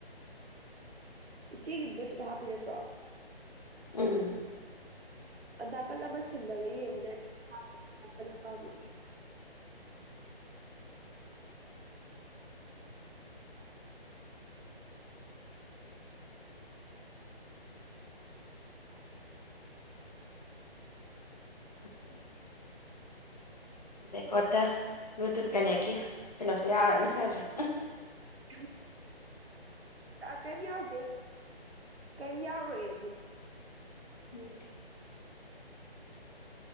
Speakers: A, on the right; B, on the left.
A: ꯏꯆꯦꯒꯤ ꯕ꯭ꯂꯨꯇꯨꯠ ꯍꯥꯞꯄꯤ ꯅꯠꯇ꯭ꯔꯣ
B: ꯎꯝ
A: ꯅꯥꯀꯜꯂꯕ ꯁꯤꯜꯂꯒ ꯌꯦꯡꯉꯨꯅꯦ ꯍꯥꯄ ꯗꯀꯜꯕꯕꯨ
B: ꯎꯝ ꯔꯦꯀꯣꯔꯠꯇ ꯕ꯭ꯂꯨꯇꯨꯠ ꯀꯅꯦꯛꯀꯤ ꯀꯩꯅꯣꯁꯨ ꯌꯥꯎꯔꯅꯤ ꯁꯣꯏꯗ꯭ꯔꯦ
A: ꯎ ꯀꯩꯝ ꯌꯥꯎꯗꯦ ꯀꯩꯝ ꯌꯥꯎꯔꯣꯏꯌꯦ ꯑꯗꯨꯗꯤ
B: ꯎꯝ